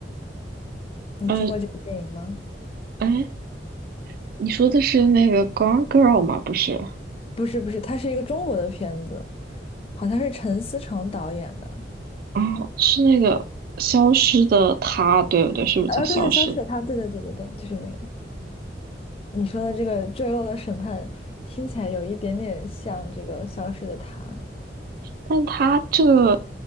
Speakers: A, on the left; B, on the right.
A: 你听过这个电影吗？
B: 嗯，哎，你说的是那个《Gone Girl》吗？不是。
A: 不是不是，它是一个中国的片子。好像是陈思诚导演的，
B: 哦，是那个消失的她，对不对？是不是叫消失的
A: 呃，对对，消失的她，对对对对对，就是那个你说的这个坠落的审判，听起来有一点点像这个消失的她
B: 但她这个